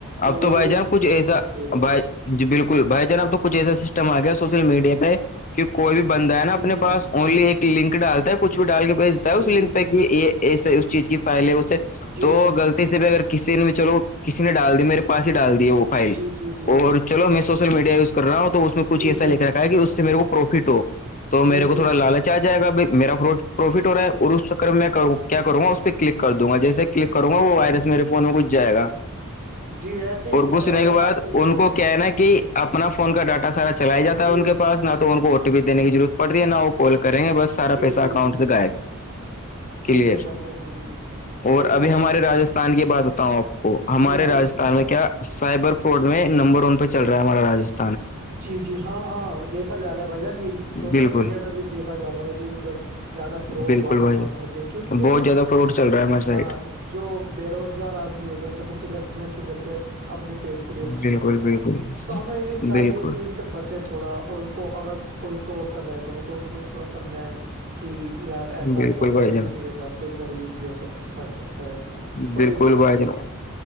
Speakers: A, on the left; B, on the right.
A: اب تو
B: یہ
A: بھائی جان کچھ ایسا
B: سوچنا چاہیے
A: بھائی
B: جان
A: جی بالکل بھائی جانب اب تو کچھ ایسا سسٹم آ گیا سوشل میڈیا پہ کہ کوئی بھی بند ہے
B: جی
A: نا اپنے
B: جی
A: پس اونلی ایک لنک ڈالتا ہے کچھ بھی ڈال کے بھیجتا ہے
B: جی
A: اس
B: بالکل
A: لنک پہ کہ یہ اس اس چیز کی فائل ہے اس سے
B: جی
A: تو
B: جی جی
A: غلطی سے بھی اگر میں چلو کسی نے ڈال دییا میرے پاس ہی ڈال دی ہے وہ فائل
B: جی جی جی
A: وہ چلو میں سوشل میڈیا یوز کر رہا ہوں تو اس میں کچھ
B: جی جی
A: ایسا لکھ رکھا ہے اس سے میرے کو پروفٹ ہو
B: جی
A: تو میرے
B: جی جی
A: کو تھوڑا لالچ آ جائے گ بھائی میرا پرفٹ
B: جی
A: ہو رہا ہے اور اس میں کیا کروں گا اس پہ کلک کر دوں گا جیسے کلک کروں
B: جی
A: گا وہ
B: جی
A: وائرس میرے فون میں گس جائےا
B: جی ہے ایسے ہی ہوتا
A: اور گھسنے
B: بھائی جان
A: کے بعد
B: آج کل دیکھا
A: ان
B: جا
A: کو
B: رہا
A: کیا ہے نا کہ اپنا فون کا ڈاٹا سارا چلایا جاتا
B: جی
A: ہے ان
B: جی جی
A: کے پاس نہ تو ان کو دینے کی ضرورت پڑتی ہے نہ وہ کال کریں گ بس سایسہ
B: جی جی
A: اکاؤنٹ
B: جی جی
A: سے گائب کلیئر
B: جی بھائی جان جی جی
A: اور
B: دیکھو
A: ابھی ہماری رجستھان کی بات بتاؤں آپ کو
B: جی
A: ہمارے
B: جی
A: راستھان
B: جی
A: میں کیا سائبر فورٹ میں نمبر ون پہ چل رہا ہے ہماراجستھان
B: جی جی ہاں ہاں دیکھا جا رہا ہے بھائی جان یہ سوشل
A: بالکل
B: میڈیا پہ بھی دیکھا جا ہے کہ ادھر زیادہ فراڈ
A: بالکل
B: والا
A: بھائی
B: کام چلتا ہے کیونکہ
A: جان
B: دیکھو
A: بہت زیادہ فراڈ چل رہا ہے ہماری
B: ہاں
A: سائڈ
B: جو بے روزگار آدمی ہوتے ہیں نا وہ کدھر نہ کدھر سے اپنے پیٹ کے لیے کچھ
A: بالکل
B: کرے گا
A: بالکل
B: تو ہمیں ایک
A: بالکل
B: سے بچیں تھوڑا اور ان کو اگر کوئی فراڈ کر رہا ہے تو میں تو ان کو تھوڑا سمجھائیں کہ یار ایسا
A: بالکل
B: مت
A: بھائی
B: کرو
A: جان
B: کسی کے ساتھ کوئی غریب بھی ہو سکتا پھنس سکتا ہے اس میں کوئی
A: بالکل
B: بھی پھنس
A: بھائی
B: سکتا
A: جناب
B: ہے